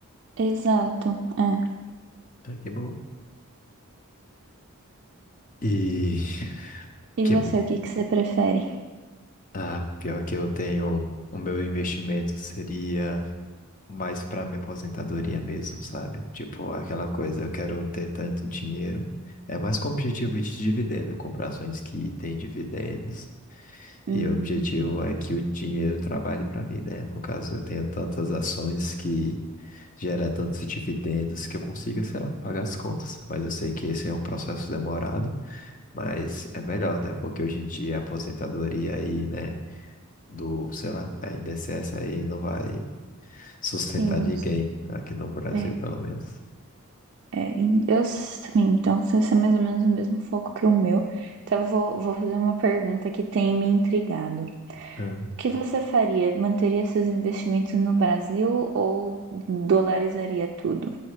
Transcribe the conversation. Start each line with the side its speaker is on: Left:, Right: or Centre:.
Right: exato, É.
Left: Ah, que bom. E
Right: E
Left: que
Right: você, o que que você prefere?
Left: ah, pior que eu tenho, o meu investimento seria mais pra minha aposentadoria mesmo, sabe? Tipo, aquela coisa, eu quero ter tanto dinheiro. É mais com objetivo de dividendo, comprar ações que têm dividendos.
Right: Uhum.
Left: E o objetivo é que o dinheiro trabalhe para mim, né? No caso, eu tenho tantas ações que gera tantos dividendos que eu consiga, sei lá, pagar as contas. Mas eu sei que esse é um processo demorado, mas é melhor, né? Porque hoje em dia a aposentadoria aí, né? Do, sei lá, a INSS aí não vai sustentar
Right: Sim.
Left: ninguém aqui no Brasil,
Right: É,
Left: pelo menos.
Right: é, e eu s- também, então você é mais ou menos o mesmo foco que o meu. Então eu vou, vou fazer uma pergunta que tem me intrigado. O
Left: Ah,
Right: que você faria? Manteria seus investimentos no Brasil ou dolarizaria tudo?